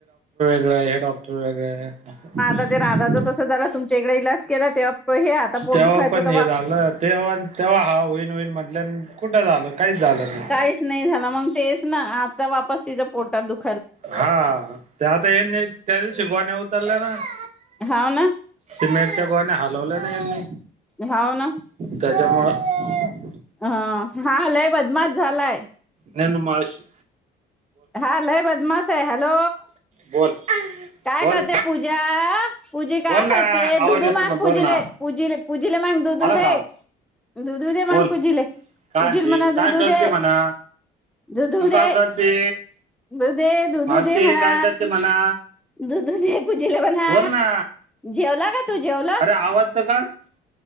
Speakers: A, on the right; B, in the centre.
A: होय डॉ - वेगळं असं
B: आता ते राधाच तसं झालं तुमच्या इकडे इलाज केला तेव्हा हे आता पोट
A: तेव्हा
B: दुखायचं
A: पण हे झालं तेव्हा तेव्हा हा होईन होईन म्हणल्या! कुठं झालं काहीच झालं नाही.
B: काहीच नाही झालं मग तेच ना आता वापस तिथं पोटात दुख -
A: हां ते आता यानी त्या दिवशी गोण्या उचलल्या ना <unintelligible>
B: हाव ना
A: ते नाही. त्या गोण्या हलवलं नाही यांनी!
B: हाव ना!
A: त्याच्यामुळं
B: हां हा लय बदमाश झालाय!
A: ननमाश -
B: हा लय बदमाश आहे. हॅलो
A: बोल
B: काय
A: बोल
B: करते पूज- जा पूजी काय
A: बोल ना
B: करते दुधू
A: आवाज येतो
B: मग
A: ना
B: पूजीले
A: बोल ना
B: पूजी पूजीला मग दुधू
A: आला का
B: दे
A: आवाज
B: दुधू दे मग
A: बोल
B: पूजीले
A: काय
B: पूजीला
A: म्हणते
B: म्हणा
A: काय
B: दुधू
A: करते
B: दे
A: म्हणा
B: दुधू
A: तू
B: दे!
A: काय करते
B: दु दे दुधु
A: भावचे
B: दे म्हणा.
A: काय करते म्हणा
B: दुधु पूजेला मना
A: बोल ना
B: जेवला! का तू जेवला
A: अरे आवाज तर काड?